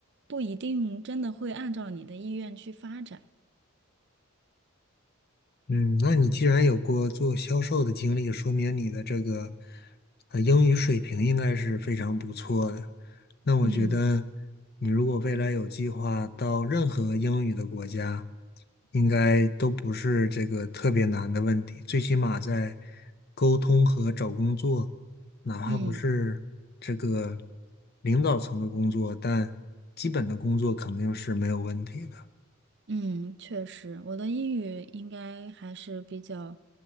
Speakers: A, on the right; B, on the left.
A: 不一定真的会按照你的意愿去发展。
B: 嗯，那你既然有过做销售的经历，说明你的这个呃英语水平应该是非常不错的。那我觉得
A: 嗯
B: 你如果未来有计划到任何英语的国家，应该都不是这个特别难的问题。最起码在沟通和找工作，哪怕不是这个
A: 嗯
B: 领导层的工作，但基本的工作肯定是没有问题的。
A: 嗯，确实，我的英语应该还是比较，